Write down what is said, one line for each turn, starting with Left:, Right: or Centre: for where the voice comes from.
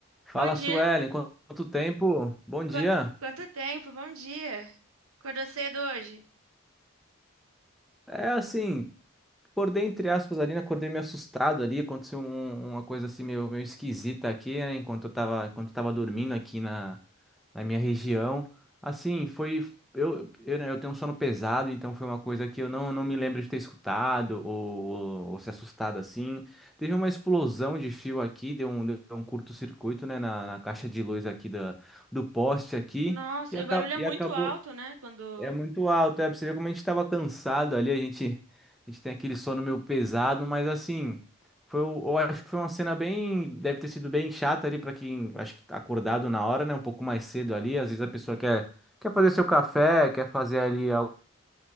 Centre: Fala,
Right: Bom dia.
Centre: Suelen, quan- quanto tempo? Bom dia.
Right: Qua- quanto tempo? Bom dia. Acordou cedo hoje?
Centre: É assim, acordei entre aspas ali, né? Acordei meio assustado ali, aconteceu um- uma coisa assim meio, meio esquisita aqui, né? Enquanto eu tava, enquanto eu tava dormindo aqui na, na minha região. Assim, foi eu, eu, né, eu tenho um sono pesado, então foi uma coisa que eu não, não me lembro de ter escutado ou, ou, ou se assustado assim. Teve uma explosão de fio aqui, deu um, deu um curto-circuito, né, na, na caixa de luz aqui da, do poste aqui.
Right: Nossa,
Centre: E, aca-
Right: e o barulho é
Centre: e
Right: muito
Centre: acabou,
Right: alto, né? Quando.
Centre: É muito alto, é pra você ver como a gente tava cansado ali, a gente, a gente tem aquele sono meio pesado, mas assim, foi, o- eu acho que foi uma cena bem, deve ter sido bem chata ali pra quem, acho que tá acordado na hora, né, um pouco mais cedo ali, às vezes a pessoa quer, quer fazer seu café, quer fazer ali algum,